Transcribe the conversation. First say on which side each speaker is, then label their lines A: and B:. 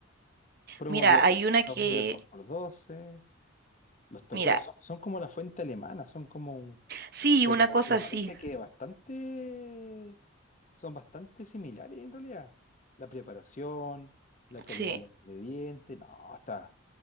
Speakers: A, on the left (about 35°); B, on the right (about 50°).
A: Promo
B: mira,
A: día jueves,
B: hay una que,
A: hamburger 2 por doce. Los tocó,
B: mira,
A: son, son como la fuente alemana, son como un
B: sí,
A: Pero,
B: una cosa
A: pero
B: así,
A: parece que bastante, son bastante similares en realidad. La preparación, la calidad
B: sí.
A: de los ingredientes, no, está,